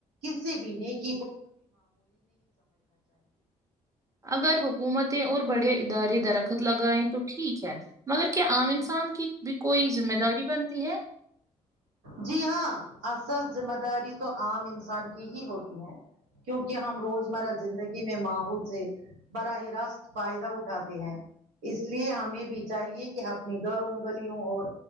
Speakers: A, on the right; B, on the right.
A: کسی بھی نیک
B: اگر حکومتیں اور بڑے ادارے درخت لگائیں تو ٹھیک ہے مگر کہ عام انسان کی بھی کوئ ذمہ داری بنتی ہے
A: جی ہاں اصل ذمہ داری تو عام انسان کی ہی ہوتی ہے کیونکہ ہم روزمرہ زندگی میں ماحول سے براہ راست فائدہ اٹھاتے ہیں اس لیے ہمیں بھی چاہیے کہ اپنے گھروں گلیوں اور